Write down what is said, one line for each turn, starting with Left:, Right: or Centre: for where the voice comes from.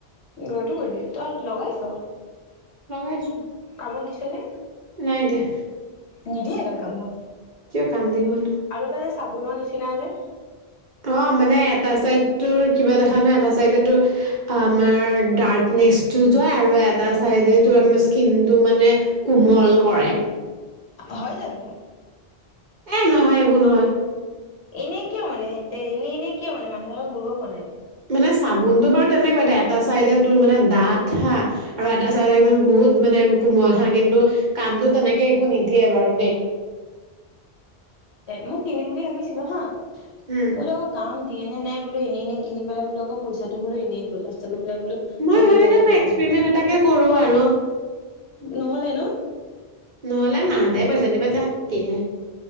Left: ঘৰতো কৰি তই লগাইছ'?
Right: ৰমেশ
Left: কামত দিছেনে?
Right: নাই দিয়া।
Left: নিদিয়ে এটা কামত।
Right: কিয় কান্দিব ন'।
Left: আৰু এটা যে চাবোনৰ নিচিনা যে।
Right: অ', মানে এটা চাইড তোৰ কিবা দেখা নাই এটা চাইডো আমাৰ ডাৰ্কনেচ যোৱা আৰু এটা চাইডে আমাৰ স্কিন টো মানে কোমল কৰে,
Left: হয় জানো
Right: এ নহয় একো নহয়।
Left: এনেই কিয় মানে এ এনে এনেই কিয় মানে মানুহবিলাক বুৰ্বক বনাই।
Right: মানে চাবোনতটো বাৰু তেনেকুৱা দে এটা চাইডে তোৰ মানে ডাঠ হা আৰু এটা চাইডে একদম বহুত মানে কোমল হা কিন্তু কামতটো তেনেকে একো নিদিয়ে বাৰু দেই।
Left: মোক কিনিম বুলি ভাবিছিলো হা।
Right: উম,
Left: বোলে কাম দিয়ে নে নাই। বো এনেই কিন পেল বো আকৌ পইচাটো এনেই গ'ল। গৈ পেলাই বোলো
Right: মই
Left: এনেই
Right: ভাবিলো
Left: গ'ল অলপ
Right: মই
Left: বকনি
Right: এক্সপৰিমেন্ট এটাকে কৰোঁ আৰু
Left: নহ'লে ন
Right: নহ'লে মাহ তে পইচা দিবা যাহ কি হয়।